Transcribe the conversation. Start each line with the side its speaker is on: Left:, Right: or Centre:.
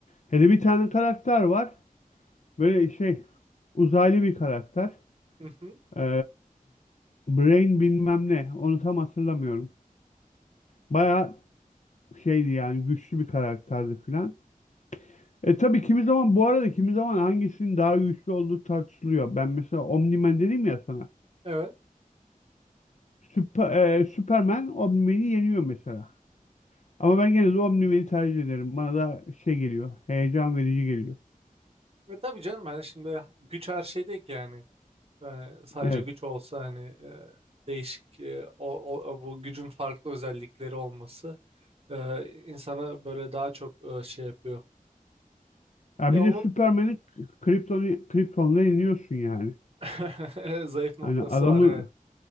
Left: Hele bir tane karakter var. Böyle şey uzaylı bir karakter.
Right: Hı hı.
Left: E, Brain bilmem ne. Onu tam hatırlamıyorum. Bayağı şeydi yani güçlü bir karakterdi filan. E tabii kimi zaman bu arada kimi zaman hangisinin daha güçlü olduğu tartışılıyor. Ben mesela Omni-Man dedim ya sana.
Right: Evet.
Left: Süper, e, Superman Omni-Man'i yeniyor mesela. Ama ben gene de Omni-Man'i tercih ederim. Bana da şey geliyor. Heyecan verici geliyor.
Right: Ve tabii canım yani şimdi güç her şey değil ki yani. e, sadece
Left: Evet.
Right: güç olsa hani e, değişik e, o, o- o- bu gücün farklı özellikleri olması e, insana böyle daha çok e, şey yapıyor.
Left: Ya
Right: E
Left: bir
Right: onun
Left: de Superman'i Krypton'u Krypton'la yeniyorsun yani.
Right: <laughs> zayıf noktası
Left: Hani adamın
Right: var evet.